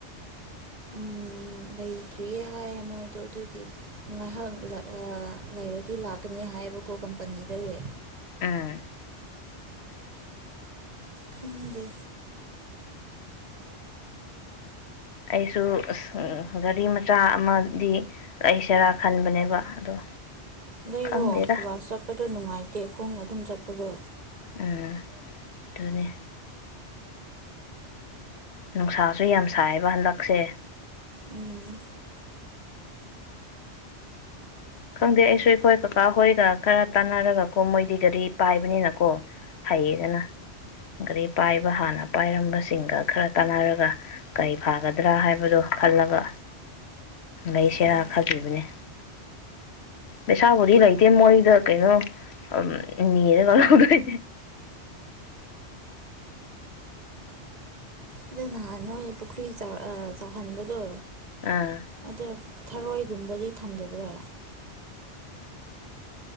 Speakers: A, on the right; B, on the left.
A: ꯎ ꯂꯩꯇ꯭ꯔꯤꯌꯦ ꯍꯥꯏꯌꯦ ꯃꯣꯏꯗꯣ ꯑꯗꯨꯒꯤ ꯉꯥꯏꯍꯥꯛ ꯂꯩꯔꯗꯤ ꯂꯥꯛꯀꯅꯤ ꯍꯥꯏꯌꯦꯕꯀꯣ ꯀꯝꯄꯅꯤꯗꯒꯤ
B: ꯎꯝ
A: ꯈꯪꯗꯦ
B: ꯑꯩꯁꯨ ꯑꯁ ꯒꯥꯔꯤ ꯃꯆꯥ ꯑꯃꯗꯤ ꯂꯩꯁꯤꯔꯥ ꯈꯟꯕꯅꯦꯕ ꯑꯗꯣ
A: ꯂꯩꯔꯣ
B: ꯈꯪꯗꯦꯗ
A: ꯕ ꯆꯠꯄꯗꯣ ꯅꯨꯡꯉꯥꯏꯇꯦ ꯈꯣꯡ ꯑꯗꯨꯝ ꯆꯠꯄꯗꯣ
B: ꯎꯝ ꯑꯗꯨꯅꯤ ꯅꯨꯡꯁꯥꯁꯨ ꯌꯥꯝ ꯁꯥꯏꯌꯦꯕ ꯍꯟꯗꯛꯁꯦ
A: ꯎꯝ
B: ꯈꯪꯗꯦ ꯑꯩꯁꯨ ꯑꯩꯈꯣꯏ ꯀꯀꯥ ꯍꯣꯏꯒ ꯈꯔ ꯇꯥꯟꯅꯔꯒꯀꯣ ꯃꯣꯏꯗꯤ ꯒꯥꯔꯤ ꯄꯥꯏꯕꯅꯤꯅꯀꯣ ꯍꯩꯌꯦꯗꯅ ꯒꯥꯔꯤ ꯄꯥꯏꯕ ꯍꯥꯟꯅ ꯄꯥꯏꯔꯝꯕꯁꯤꯡꯒ ꯈꯔ ꯇꯥꯟꯅꯔꯒ ꯀꯔꯤ ꯐꯥꯒꯗ꯭ꯔꯥ ꯍꯥꯏꯕꯗꯣ ꯈꯜꯂꯒ ꯂꯩꯁꯤꯔꯥ
A: ꯑꯣ
B: ꯈꯥꯕꯤꯕꯅꯤ ꯄꯩꯁꯥꯕꯨꯗꯤ ꯂꯩꯇꯦ ꯃꯣꯏꯗ ꯀꯩꯅꯣ ꯅꯅꯤꯔꯗꯣꯏ
A: ꯑꯗ ꯅꯍꯥꯟ ꯅꯣꯏ ꯄꯨꯈ꯭ꯔꯤ ꯆꯥꯎꯍꯟꯕꯗꯣ
B: ꯑꯥ
A: ꯑꯗ ꯊꯔꯣꯏ ꯨꯝꯕꯗꯤ ꯊꯝꯖꯕ꯭ꯔꯥ